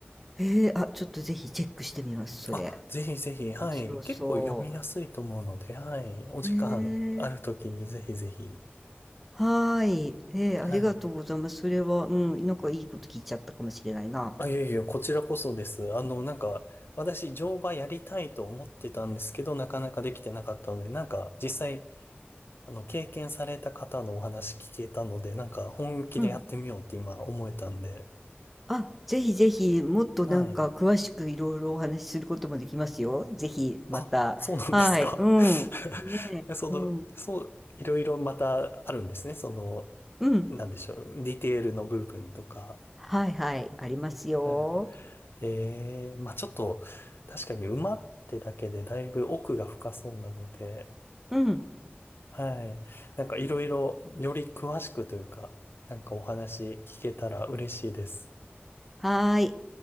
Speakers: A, in the centre; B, on the left.
A: へえ、あ、ちょっとぜひチェックしてみます、それ。
B: あ、ぜひぜひ、はい。
A: 面白そ
B: 結構読みやすいと思うので、はい。お時間あるときにぜひぜひ。
A: う。へえ、はーい。ええ、ありがとうございます。
B: はい。
A: それは、うん、なんかいいこと聞いちゃったかもしれないな。
B: あ、いやいや、こちらこそです。あの、なんか、私、乗馬やりたいと思ってたんですけど、なかなかできてなかったので、なんか、実際、あの、経験された方のお話聞けたので、なんか、本気でやってみようって今思えたんで、
A: うん。あ、ぜひぜひ、もっとなんか詳しくいろいろお話しすることもできますよ。
B: はい。
A: ぜひ、また。
B: あ、そうなんですか。
A: はい。うん。
B: <laughs>
A: ねえ、
B: その、
A: うん。
B: そう、いろいろまたあるんですね。その、
A: うん。
B: なんでしょう。ディテールの部分とか。
A: はいはい。ありますよ。
B: はい。ええまあちょっと、確かに馬ってだけでだいぶ奥が深そうなので、
A: うん。
B: はい。なんかいろいろより詳しくというか、なんかお話聞けたら嬉しいです。
A: はーい。